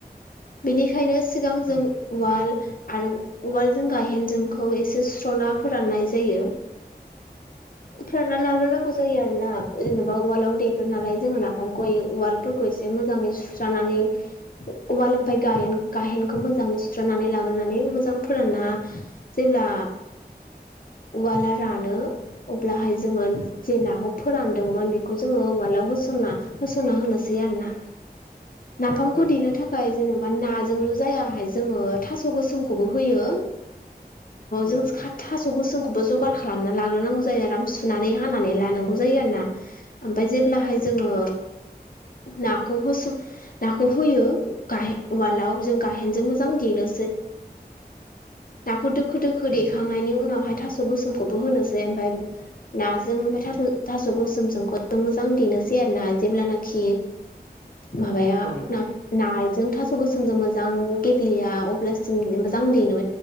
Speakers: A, on the left; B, on the right.
A: बेनिखायनो सिगां जों
B: औ
A: उवाल आरो उवालजों गायेनजोंखौ एसे सुस्र'ना फोराननाय जायो। फोरान ना लाग्रो नांगौ जा जायो आरो ना जेनेबा उवालाव देग्रो नालाय जोङो नाफामखौ उवालफोरखौ इसे मोजाङै सुस्रांनानै अवाल गायेनखौ मोजाङै सुस्रनानै ला मोजां फोराना जेब्ला उवला रानो अब्लाहाय जोङो जे नाखौ फोरानदोंमोन बेखौ जोङो उवला होसनना होसनना होनोसै आरो ना। नाफामखौ
B: नोंथां
A: देनो थाखाय जेन'बा नाजोंल' जायाहाय जोङो थास' गोसोमखौबो होयो
B: औ नोंथां औ
A: जों
B: नोंथां
A: थां थासगोसोम खौबो जगार खालामना लाग्रोनांगौ जायो आराम सुनानै हानानै लानांगौ जायो आरो ना। ओमफ्राय जेब्लाहाय जोङो नाखौ होस नाखौ होयो गाहाय उवालाव जों गायेनजों मोजां देनो नाखौ दोखो दोखो
B: औ नोंथां
A: देखांनायनि उनाव थास' गोसोमखौबो होनोसै नाजों ओमफ्राय थास' गोसोमजोंखौ जों मोजां देनोसै आरो ना जेब्लानाखि माबाया
B: औ नोंथां
A: नाजों थास' गोसोमजों मोजां गेब्लेया अब्लासिम मोजां देनो